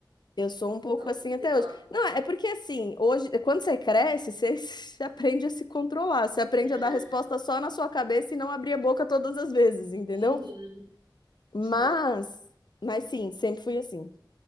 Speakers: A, on the left; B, on the right.
A: eu sou um pouco
B: Não,
A: assim até
B: igual.
A: hoje. Não, é porque assim, hoje, quando você cresce, você <laughs> aprende a se controlar, você aprende
B: É.
A: a dar resposta só na sua cabeça e não abrir a boca todas as vezes, entendeu?
B: Uhum.
A: Mas,
B: Sim.
A: mas sim, sempre fui assim.